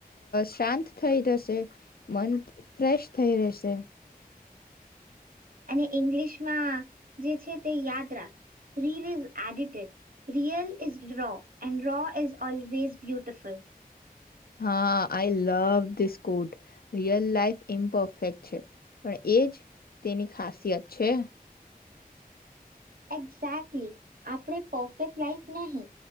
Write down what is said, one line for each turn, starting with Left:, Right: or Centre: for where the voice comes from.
Left: શાંત થઈ જશે મન ફ્રેશ થઈ રહેશે
Right: અને ઇંગ્લિશમાં જે છે તે યાદ રાા reel is edited real is raw and raw is always beautiful
Left: હા I love this quote real life imperfect છે પણ એજ તેની ખાસિયત છે
Right: એક્ઝેક્ટલી આપણે પરફેક્ટ લાઈફ નહી.